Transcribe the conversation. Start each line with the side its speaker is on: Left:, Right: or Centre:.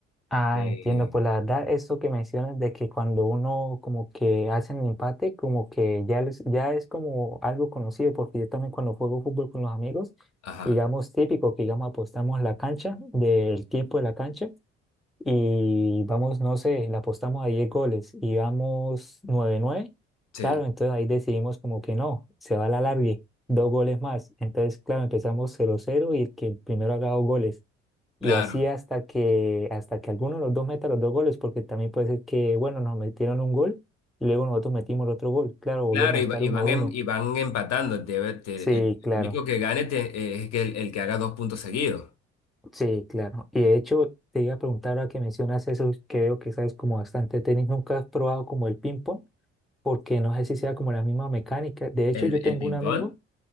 Centre: Ah,
Left: Eh,
Centre: entiendo. Pues la verdad, eso que mencionas de que cuando uno como que hace el empate, como que ya, les- ya es como algo conocido, porque yo también cuando juego fútbol con los amigos,
Left: ajá,
Centre: digamos típico que digamos apostamos la cancha, del tiempo de la cancha. y vamos, no sé, le apostamos a 10 goles y vamos nueve nueve
Left: sí,
Centre: claro, entonces ahí decidimos como que no, se va a la larga, dos goles más. Entonces, claro, empezamos cero cero y el que primero haga dos goles.
Left: claro,
Centre: Y así hasta que, hasta que alguno de los dos meta los dos goles, porque también puede ser que, bueno, nos metieron un gol y luego nosotros metimos el otro gol. Claro, volvemos
Left: claro, y,
Centre: a estar
Left: va- y
Centre: uno
Left: van,
Centre: uno
Left: em- y van empatando. debe- te-
Centre: Sí,
Left: el,
Centre: claro,
Left: el único que gane te- eh, es que el, el que haga dos puntos seguidos.
Centre: sí, claro. Y de hecho, te iba a preguntar ahora que mencionas eso, que veo que sabes como bastante tenis, ¿nunca has probado como el ping-pong? porque no sé si sea como la misma mecánica. De hecho,
Left: ¿El,
Centre: yo tengo
Left: el ping-pong?
Centre: un amigo,